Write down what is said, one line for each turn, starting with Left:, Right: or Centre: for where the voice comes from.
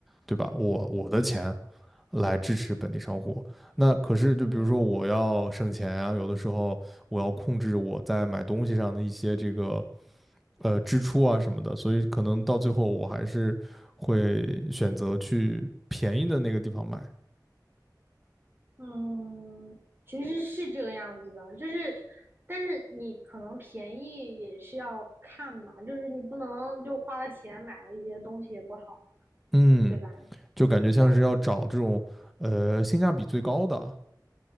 Centre: 对吧？我我的钱来支持本地商户。那可是就比如说我要省钱啊，
Right: 嗯。
Centre: 有的时候我要控制我在买东西上的一些这个呃支出啊什么的，所以可能到最后我还是会选择去便宜的那个地方买。
Right: 嗯，其实是这个样子的，就是，但是你可能便宜也是要看嘛，就是你不能就花了钱买了一些东西也不好，
Centre: 嗯。
Right: 对吧？
Centre: 就感觉像是要找这种呃性价比最高的，
Right: 对啊，